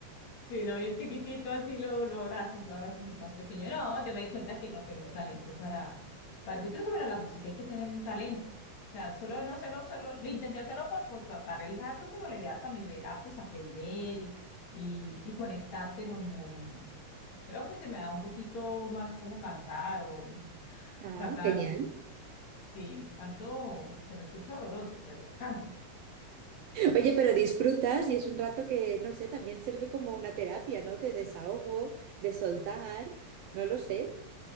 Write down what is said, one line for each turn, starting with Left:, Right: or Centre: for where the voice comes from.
Left: Sí, no, bien chiquitito, así lo, lo abrazas, lo abrazas de más pequeño. No, yo me di cuenta que no tengo talento para, para- Yo creo que para la música hay que tener un talento. O sea, solo no solo, solo lo intenté hacerlo por pues, pasar el rato, pero la idea también era pues aprender y, y, y conectar, pero no. Creo que se me da un poquito más como cantar o
Right: Ah,
Left: cantar.
Right: genial.
Left: Sí, canto, se me escucha horroroso, pero canto.
Right: Oye, pero disfrutas y es un rato que, no sé, también sirve como una terapia, ¿no? De desahogo, de soltar, no lo sé.